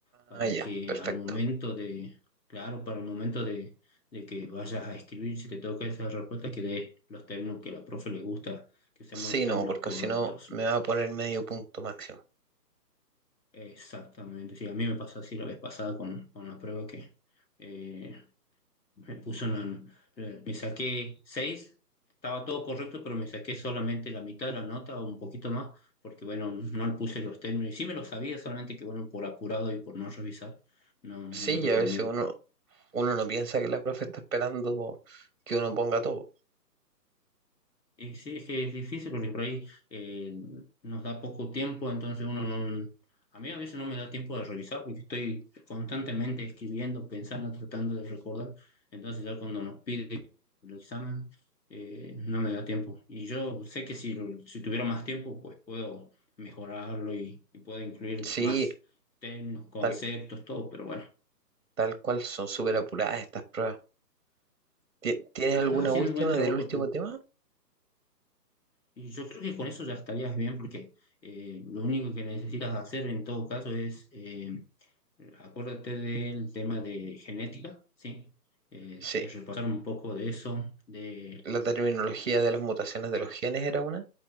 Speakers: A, on the left; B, on the right.
A: para
B: Ah, ya,
A: que
B: perfecto.
A: al momento de, claro, para el momento de, de que vayas a escribir, si te toca esa respuesta, que des los términos que a la profe le gusta, que seamos
B: Sí,
A: los términos
B: no, porque
A: correctos.
B: si no me va a poner medio punto máximo.
A: Exactamente, sí, a mí me pasó así la vez pasada con, con la prueba que... eh, Me puso en la- eh, me saqué seis, estaba todo correcto, pero me saqué solamente la mitad de la nota o un poquito más, porque bueno, no le puse los términos. Y sí me los sabía, solamente que bueno, por apurado y por no revisar, no,
B: Sí,
A: no me
B: y
A: fue
B: a
A: tan
B: veces
A: bien.
B: uno, uno no piensa que la profe está esperando que uno ponga todo.
A: Y sí, es que es difícil porque por ahí eh, nos da poco tiempo, entonces uno no... A mí a veces no me da tiempo de revisar porque estoy constantemente escribiendo, pensando, tratando de recordar. Entonces ya cuando nos pide que el examen, eh, no me da tiempo. Y yo sé que si, lo- si tuviera más tiempo, pues puedo mejorarlo y, y puedo incluir
B: Sí,
A: más términos, conceptos,
B: tal,
A: todo, pero bueno.
B: tal cual, son súper apuradas estas pruebas. Ti- ¿Tienes
A: Pero
B: alguna
A: estás haciendo
B: última
A: un buen trabajo,
B: del último tema?
A: Y yo creo que con eso ya estarías bien porque eh, lo único que necesitas hacer en todo caso es, eh, acuérdate del tema de genética, ¿sí? Eh,
B: Sí,
A: de repasar un poco de eso, de
B: la terminología
A: las,
B: de las mutaciones de los genes era una.